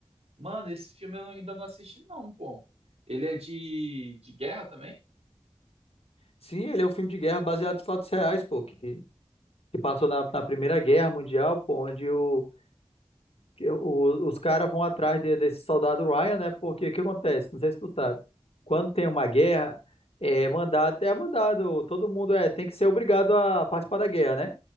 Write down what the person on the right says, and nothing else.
Mano, esse filme eu ainda não assisti, não, pô. Ele é de, de guerra também?